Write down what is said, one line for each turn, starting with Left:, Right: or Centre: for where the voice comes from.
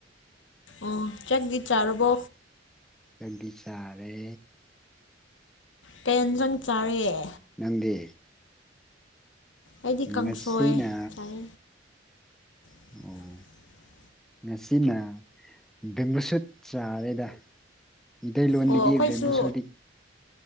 Left: ꯎ ꯆꯥꯛꯇꯤ ꯆꯥꯔꯔꯕꯣ
Centre: ꯂꯝꯕꯤ ꯁꯥꯔꯦ
Left: ꯇ꯭ꯔꯦꯟꯖꯪ ꯆꯥꯔꯛꯑꯦ
Centre: ꯅꯪꯗꯤ
Left: ꯑꯩꯗꯤ ꯀꯥꯡꯐꯣꯏ
Centre: ꯉꯁꯤꯅ
Left: ꯆꯥꯏ
Centre: ꯑꯣ
Left: <inaudible>
Centre: ꯉꯁꯤꯅ ꯕꯦꯝꯕꯨ ꯁꯠ ꯆꯥꯔꯦꯗ ꯏꯩ ꯂꯣꯟꯟꯗꯒꯤ
Left: ꯑꯣ ꯑꯩꯈꯣꯏꯁꯨ
Centre: ꯕꯝꯕꯨ ꯁꯨꯗꯤ